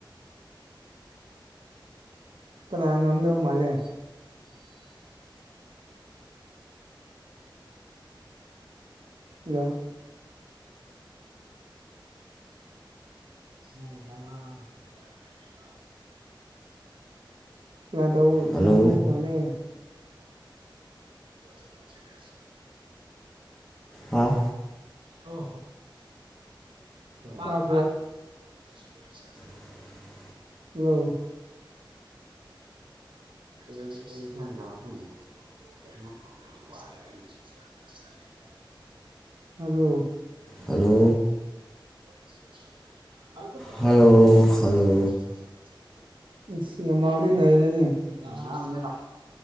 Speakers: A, on the right (about 75°); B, in the centre.
A: ꯀꯅꯥꯥ ꯉꯝꯗꯧ ꯃꯥꯂꯦ ꯍꯂꯣ <unintelligible> ꯨꯔꯥꯟꯗꯎ
B: ꯍꯜꯂꯣ
A: ꯒꯝꯂ ꯃꯥꯂꯦ <unintelligible>
B: ꯑ
A: ꯑꯣ ꯍꯣ <unintelligible>
B: <inaudible>
A: ꯍꯂꯣ <unintelligible> <unintelligible> ꯑꯗꯣ
B: ꯍꯜꯂꯣ
A: <unintelligible>
B: ꯍꯜꯂꯣ ꯍꯜꯂꯣ
A: ꯁꯃꯂꯤ ꯑꯔ ꯀ